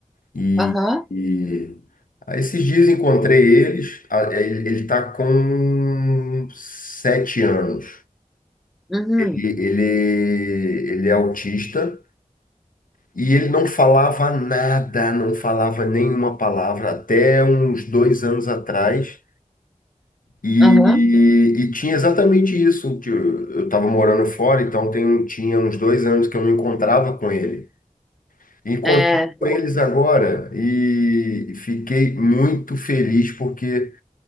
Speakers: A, on the left; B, in the centre.
A: e,
B: aham,
A: e aí esses dias encontrei eles, a- ele, ele tá com sete anos.
B: uhum,
A: Ele, ele, ele é autista e ele não falava nada, não falava nenhuma palavra até uns dois anos atrás. E,
B: aham,
A: e e tinha exatamente isso. que Eu eu estava morando fora, então tem, tinha uns dois anos que eu não encontrava com ele. Encontrei
B: é,
A: com eles agora e fiquei muito feliz porque,